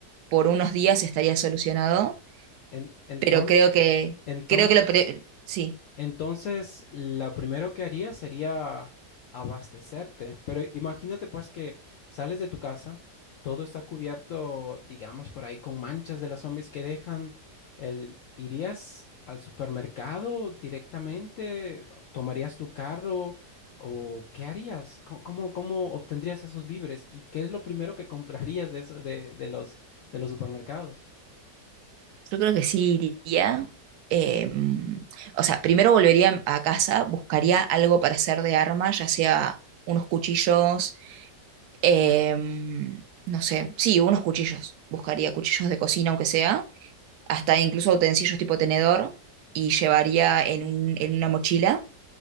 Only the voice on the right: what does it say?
por unos días estaría solucionado,
pero creo que,
creo que lo, pre- sí,
yo creo que sí iría. eh, o sea, primero volvería a casa, buscaría algo para hacer de arma, ya sea unos cuchillos, eh, no sé, sí, unos cuchillos. Buscaría cuchillos de cocina, aunque sea, hasta incluso utensilios tipo tenedor, y llevaría en un- en una mochila